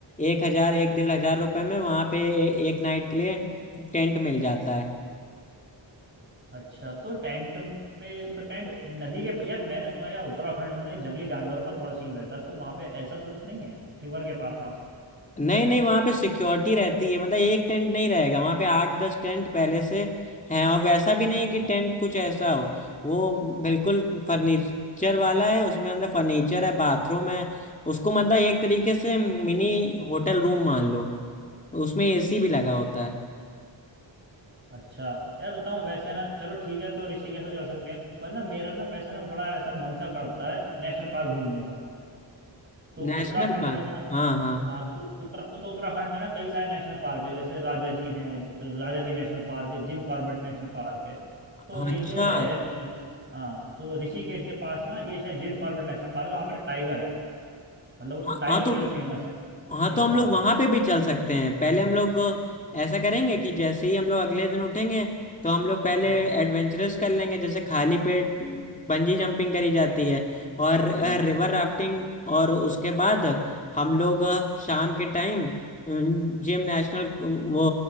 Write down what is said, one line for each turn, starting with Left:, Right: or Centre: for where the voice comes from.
Left: एक हजार एक डेढ़ हजार रुपए में वहां पे ए- एक नाइट के लिए टेंट मिल जाता है
Right: अच्छा तो टेंट पे तो टेंट नदी के प- यार मैंने सुना यार उत्तराखंड में ना ये जंगली जानवरों का थोड़ा सीन रहता तो वहाँ पे ऐसा तो कुछ नहीं है रिवर के पास
Left: नहीं नहीं वहां पे सिक्योरिटी रहती है मतलब एक टेंट नहीं रहेगा वहां पे आठ दस टेंट पहले से हैं और वैसा भी
Right: खासकर
Left: नहीं कि टेंट कुछ ऐसा हो वो बिल्कुल फर्नीचर वाला है उसमें अंदर फर्नीचर है बाथरूम है उसको मतलब एक तरीके से मिनी होटल रूम मान लो उसमें एसी भी लगा होता है
Right: अच्छा यार बताऊँ वैसे ना चलो ठीक है तो ऋषिकेश तो चल सकते हैं पर ना मेरा ना वैसे ना बड़ा ऐसा मन सा करता है नेशनल पार्क घूमने का तो
Left: नेशनल
Right: उत्तराखंड
Left: पार्क
Right: में ना
Left: हाँ हाँ
Right: हाँ तो उत्तरा तो उत्तराखंड में ना कई सारे नेशनल पार्क है जैसे राजा जी हैं राजा जी नेशनल पार्क है जिम कॉर्बेट नेशनल पार्क है
Left: अच्छा
Right: तो ये जो है रि- हाँ तो ऋषिकेश के पास ना ये शायद जिम कॉर्बेट नेशनल पार्क है वहाँ पे ना टाइगर है मतलब वो
Left: हाँ
Right: टाइगर
Left: हाँ तो
Right: के लिए फेमस है
Left: हाँ
Right: Jim
Left: तो हम
Right: Corbett
Left: लोग वहां पे भी चल सकते हैं पहले हम लोग ऐसा करेंगे
Right: हम्म,
Left: कि जैसे ही हम लोग अगले दिन उठेंगे तो हम लोग पहले
Right: हम्म,
Left: एडवेंचरस कर लेंगे जैसे खाली पेट बंजी जंपिंग करी जाती है और
Right: हम्म,
Left: रिवर राफ्टिंग और उसके बाद हम लोग अ, शाम के टाइम जिम नेशनल वो